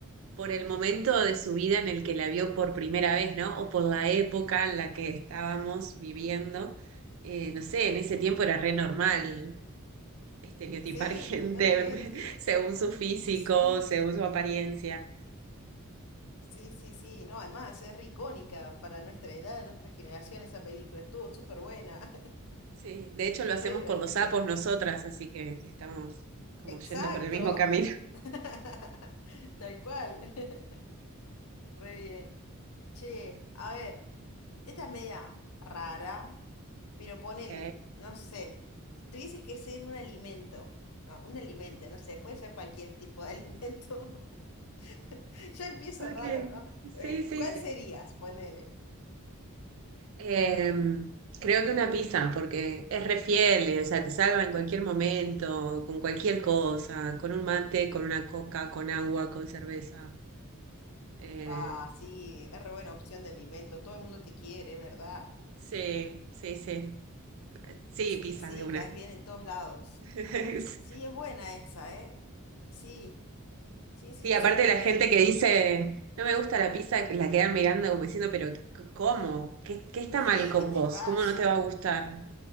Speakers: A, on the right (about 60°); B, on the left (about 80°).
A: por el momento de su vida en el que la vio por primera vez, ¿no? O por la época en la que estábamos viviendo. Eh, no sé, en ese tiempo era re normal estereotipar
B: Sí,
A: gente
B: totalmente.
A: <laughs> según su físico,
B: Sí,
A: según su apariencia.
B: sí, sí, sí. No, además es re icónica para nuestra edad, nuestra generación, esa película. Estuvo súper buena,
A: Sí, de
B: <laughs>
A: hecho lo
B: re
A: hacemos
B: divertida.
A: con los sapos nosotras, así que estamos como
B: Exacto.
A: yendo por el mismo camino.
B: <laughs> Tal cual. <laughs> Re bien. Che, a ver. Esta es media rara, pero
A: <laughs>
B: ponele,
A: Ok.
B: no sé. Si tuvieses que ser un alimento, no, un alimento, no sé, puede ser cualquier tipo de alimento. <laughs> Ya empiezo
A: Okay.
B: raro, ¿no? Eh,
A: Sí, sí,
B: ¿cuál
A: sí.
B: serías? Ponele.
A: Em, creo que una pizza, porque es re fiel, eh, o sea, te salva en cualquier momento, con cualquier cosa, con un mate, con una coca, con agua, con cerveza. Eh,
B: Ah, sí, es re buena opción de alimento. Todo el mundo te quiere, ¿verdad?
A: sí, sí, sí. Sí,
B: Sí,
A: pizza
B: sí,
A: de una.
B: caes bien en todos lados.
A: <laughs> Es-
B: Sí, es buena esa, ¿eh? Sí, sí, sí,
A: Sí, aparte
B: súper
A: la
B: bien.
A: gente que dice, no me gusta la pizza, que la quedan mirando como diciendo, pero c- ¿cómo? ¿Qué, qué está
B: Sí,
A: mal con
B: ¿qué te
A: vos?
B: pasa?
A: ¿Cómo no te va a gustar?